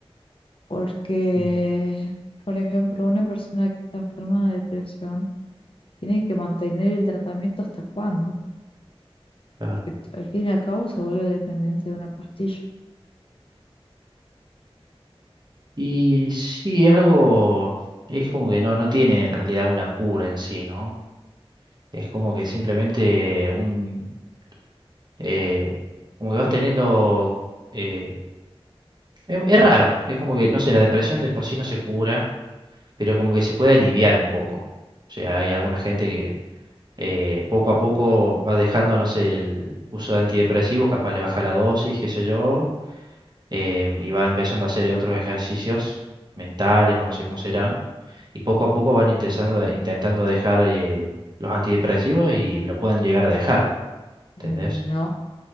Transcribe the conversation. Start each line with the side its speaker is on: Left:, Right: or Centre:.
Left: Porque,
Right: Ujú.
Left: por ejemplo, una persona que está enferma de depresión tiene que mantener el tratamiento hasta cuándo,
Right: Claro.
Left: porque al fin y al cabo se vuelve dependiente de una pastilla.
Right: Y sí, es algo, es como que no, no tiene en realidad una cura en sí, ¿no? Es como que simplemente un eh, como que vas teniendo... eh, es, es raro, es como que, no sé, la depresión de por sí no se cura, pero como que se puede aliviar un poco. O sea, hay alguna gente que eh, poco a poco va dejando, no sé, el uso de antidepresivos, capaz le baja la dosis, qué sé yo, em, y va empezando a hacer otros ejercicios mentales o no sé cómo será, y poco a poco van intentando, de- intentando dejar eh, los antidepresivos y lo pueden llegar a dejar, ¿entendés?
Left: No.